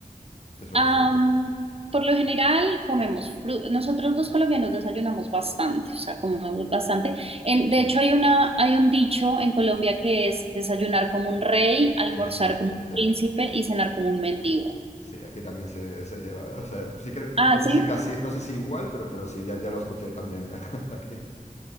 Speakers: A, on the left; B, on the right.
A: que suele
B: Am,
A: ser.
B: por lo general comemos fruta. Nosotros los colombianos desayunamos bastante, o sea, comemos bastante. En- de
A: Mm.
B: hecho, hay una, hay un dicho en Colombia que es desayunar como un rey, almorzar
A: Mm,
B: como un
A: ya.
B: príncipe y cenar como un mendigo.
A: Sí, aquí también se, se lleva. o sea, sí creo que
B: Ah,
A: no sé
B: sí.
A: si casi, no sé si igual, pero, pero sí, ya, ya lo escuché también <laughs> aquí.